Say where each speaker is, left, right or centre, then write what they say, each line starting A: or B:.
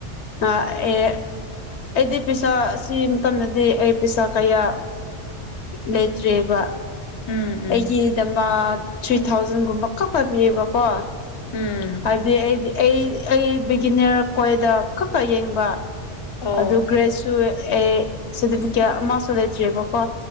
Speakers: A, on the left; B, on the left.
A: ꯑꯣꯏ ꯑ ꯑꯦꯗꯤ ꯄꯩꯁꯥ ꯑꯁꯤ ꯃꯇꯝꯗꯗꯤ ꯑꯩ ꯄꯩꯁꯥ ꯀꯌꯥ ꯂꯩꯇ꯭ꯔꯤꯑꯕ
B: ꯎꯝ
A: ꯑꯩꯒꯤꯗꯃꯛ ꯊ꯭ꯔꯤ ꯊꯥꯎꯖꯟꯒꯨꯝꯕ ꯀꯛꯄ ꯄꯤꯕꯀꯣ
B: ꯎꯝ ꯎꯝ
A: ꯑꯗ ꯑꯩꯗꯤ ꯑꯩ ꯑꯩ ꯕꯤꯒꯤꯅꯔ ꯀꯣꯏꯗ ꯀꯛꯀ ꯌꯦꯡꯕ
B: ꯑꯣ
A: ꯑꯗꯨ ꯒ꯭ꯔꯦꯖ ꯁꯨ ꯑꯦ ꯁꯥꯔꯇꯤꯐꯤꯀꯦꯠ ꯑꯃꯁꯨ ꯂꯩꯇ꯭ꯔꯤꯕꯀꯣ